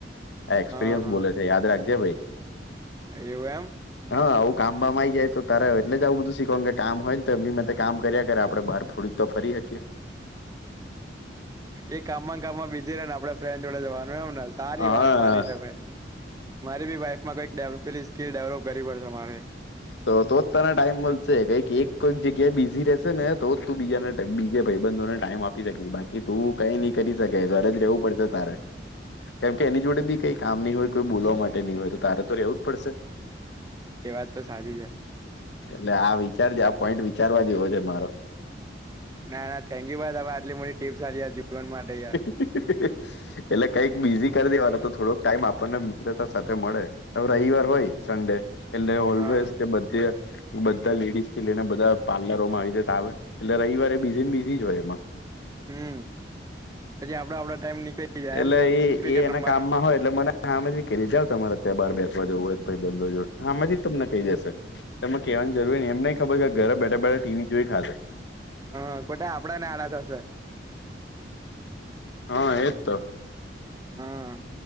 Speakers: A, on the left (about 75°); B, on the right (about 20°).
A: આ એક્સપિરિયન્સ
B: હા હા
A: બોલે છે યાદ રાખજે ભઈ.
B: એવું એમ?
A: હા આવું કામ બામ આવી જાય તો તારે એટલે જ આવું બધું શીખવાનું કે કામ હોય ન તો એમની માટે કામ કર્યા કરે આપણે બહાર થોડી તો ફરી હકીએ.
B: એ કામમાં ને કામમાં બીજી રે ને આપડે ફ્રેન્ડ જોડે જવાનું એમને. સારી
A: હા
B: વાત સારી છે ભાઈ. મારી બી વાઈફમાં કઈક ડેવ પેલી સ્કીલ ડેવલોપ કરવી પડશે મારે.
A: તો તો જ તને ટાઈમ મલશે. કઈક એક કોઈક જગ્યાએ બીઝી રહેશે ને તોજ તું બીજાને બીજે ભઈબંધોને ટાઈમ આપી શકી. બાકી તું કઈ નઈ કરી શકે ઘરે જ રહેવું પડશે તારે. કેમ કે એની જોડે બી કઈ કામ નહી હોય કોઈ બોલવા માટે નઈ હોય તો તારે તો રહેવું જ પડશે.
B: એ વાત તો સાચી છે.
A: એટલે આ વિચારજે આ પોઈન્ટ વિચારવા જેવો છે મારો.
B: ના ના થેન્કયુ ભાઈ તમે આટલી મોટી ટીપ્સ આલી આ જીવન માટે યાર.
A: એટલે કઈક બિઝી કરી દેવાનો તો થોડોક ટાઈમ આપણને મિત્રતા સાથે મળે. હવે રવિવાર હોય સન્ડે એટલે ઓલવેઝ
B: હા હા
A: કે બધે બધા લેડીઝથી લઈને બધા પાર્લરોમાં આવી રીતે આવે, એટલે રવિવારે એ બીઝી ને બીઝી જ હોય એમાં.
B: હમ પછી આપડા આપડા ટાઈમ નીકળી જાય
A: એટલે
B: એમ
A: એ
B: ક્રિકેટ
A: એ એના
B: રમવાનો
A: કામમાં હોય એટલે મને હામેથી કહી દે જાવ તમારે અત્યારે બાર બેસવા જવું હોય તો ભઈબંધો જોડે હામેથી જ તમને કહી દેશે. તમને કેવાની જરૂર રે નહીં એમ નહીં ખબર કે ઘરે બેઠા બેઠા ટીવી જોઈ ખાશે.
B: હહ ખોટા આપણને આડા થશે.
A: હહ એજ તો.
B: હહ